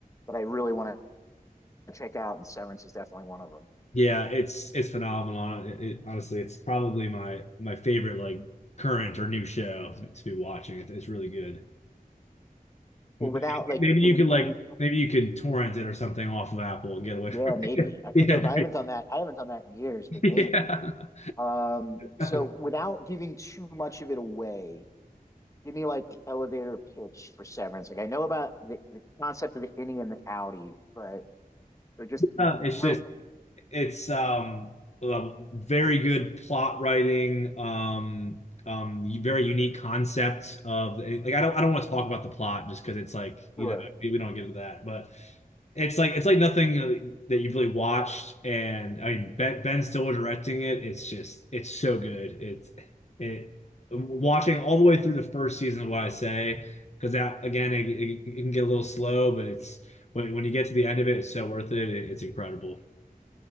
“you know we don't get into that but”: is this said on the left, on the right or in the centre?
Left